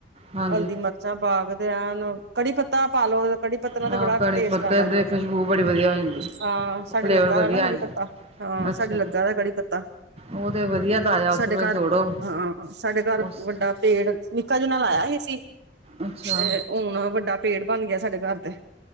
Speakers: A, on the right; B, on the right.
A: ਹਾਂਜੀ
B: ਹਲਦੀ ਮਿਰਚਾਂ ਪਾਕੇ ਐਨ ਕੜੀ ਪੱਤਾ ਪਾਲੋ ਕੜੀ ਪੱਤੇ ਨਾਲ
A: ਹਾਂ
B: ਤੇ ਬੜਾ
A: ਕੜੀ
B: ਟੇਸਟ
A: ਪੱਤੇ
B: ਆਦਾ ਜੇ।
A: ਦੇ ਖੁਸ਼ਬੂ ਬੜੀ ਵਧੀਆ ਹੋ ਜਾਂਦੀ
B: ਹਾਂ ਸਾਡੇ
A: ਫਲੇਵਰ
B: ਲੱਗਾ
A: ਵਧੀਆ
B: ਆ ਨਾ ਕੜੀ
A: ਜਾਂਦਾ
B: ਪੱਤਾ ਹਾਂ
A: ਅੱਛਾ
B: ਸਾਡੇ ਲੱਗਾ ਨਾ ਕੜੀ ਪੱਤਾ
A: ਉਹ ਤੇ ਵਧੀਆ ਤਾਜ਼ਾ ਉਸ
B: ਸਾਡੇ
A: ਵੇਲੇ
B: ਘਰ
A: ਤੋੜੋ
B: ਹਾਂ ਸਾਡੇ ਘਰ
A: ਉਸ
B: ਵੱਡਾ ਪੇੜ ਨਿੱਕਾ ਜਿੰਨਾ ਨਾ ਲਾਇਆ ਹੀ ਸੀ।
A: ਅੱਛਾ
B: ਤੇ ਹੁਣ ਵੱਡਾ ਪੇੜ ਬਣ ਗਿਆ ਸਾਡੇ ਘਰ ਤੇ